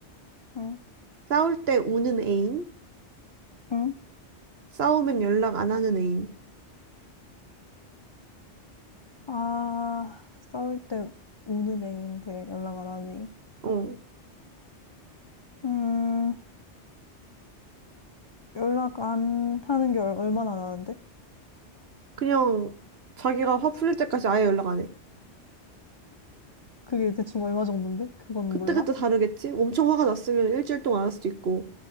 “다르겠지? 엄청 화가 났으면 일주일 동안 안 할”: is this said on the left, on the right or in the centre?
Right